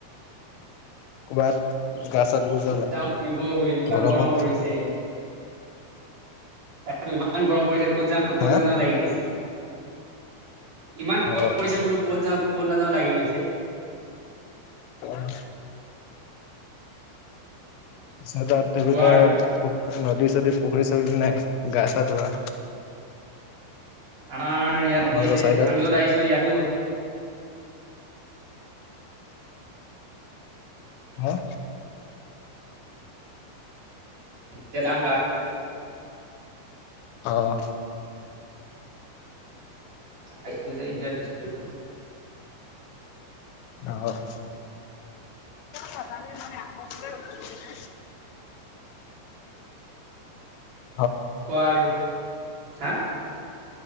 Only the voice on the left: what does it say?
ক'বাত গা চা ধুব
যোৱা নাই
গৰমত?
হা
অ
অ' চদাত তেভুদেঅ।
উহ' নদী চদী পুখুৰী চুখুৰী নাই গা চা ধোৱা।
তোমালোকৰ
চাইডত
<unintelligible> হাঁ।
অঁ'
অঁ' নাজানেই মানে আম ওচতে ৰখি- <unintelligible>